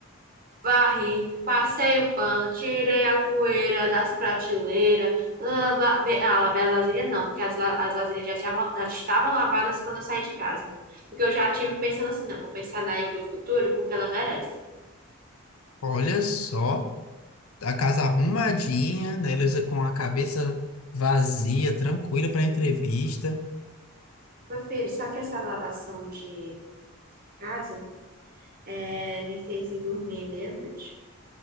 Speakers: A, on the right (about 40°); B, on the left (about 75°).
A: Varri, passei o pano, tirei a poeira das prateleiras. la- Lavei, ah, lavei as vasilhas não, porque as, la- as vasilhas já, tinham- já estavam lavadas quando eu saí de casa. Porque eu já tive pensando assim, não, vou pensar na eu do futuro porque ela merece.
B: Olha só. a casa arrumadinha, né? Eles com a cabeça vazia, tranquila pra entrevista.
A: Meu filho, só que essa lavação de casa é, me fez ir dormir meia-noite.